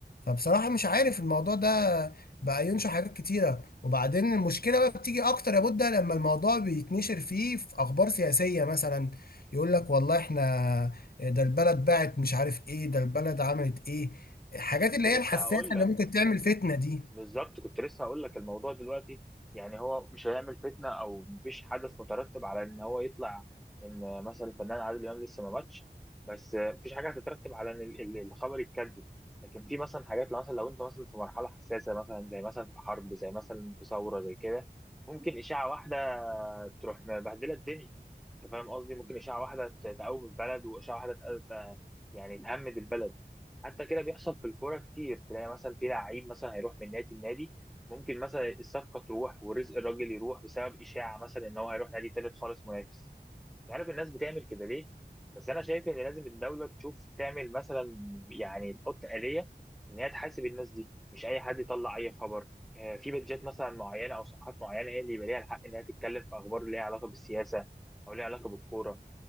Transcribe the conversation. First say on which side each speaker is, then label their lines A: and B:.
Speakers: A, on the left; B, in the centre.
A: فبصراحه مش عارف الموضوع ده بقى ينشر حاجات كتيره وبعدين المشكله بقى بتيجي اكتر يا بودة لما الموضوع بيتنشر فيه في اخبار سياسيه مثلا يقول لك والله احنا ده البلد باعت مش عارف ايه ده البلد عملت ايه الحاجات
B: كنت
A: اللي
B: لسه
A: هي الحساسه
B: هقول
A: اللي
B: لك
A: ممكن تعمل فتنه دي
B: بالظبط كنت لسه هقول لك الموضوع دلوقتي يعني هو مش هيعمل فتنه او مفيش حدث مترتب على ان هو يطلع ان مثلا الفنان عادل امام لسه ما ماتش بس مفيش حاجه هتترتب على ان ال- ال- الخبر يتكذب لكن في مثلا حاجات لو مثلا لو انت مثلا في مرحله حساسه مثلا زي مثلا في حرب زي مثلا في ثوره زي كده ممكن اشاعه واحده تروح مبهدله الدنيا انت فاهم قصدي ممكن اشاعه واحده ت- تقوم البلد واشاعه واحده ت- ت- يعني تهمد البلد حتى كده بيحصل في الكوره كتير تلاقي مثلا في لعيب مثلا هيروح من نادي لنادي ممكن مثلا الصفقه تروح ورزق الراجل يروح بسبب اشاعه مثلا ان هو هيروح نادي تالت خالص منافس مش عارف الناس بتعمل كده ليه بس انا شايف ان لازم الدوله تشوف تعمل مثلا يعني تحط آلية ان هي تحاسب الناس دي مش اي حد يطلع اي خبر آه، في بيدجات مثلا معينه او صفحات معينه هي اللي يبقى ليها الحق انها تتكلم في اخبار ليها علاقه بالسياسه او ليها علاقه بالكوره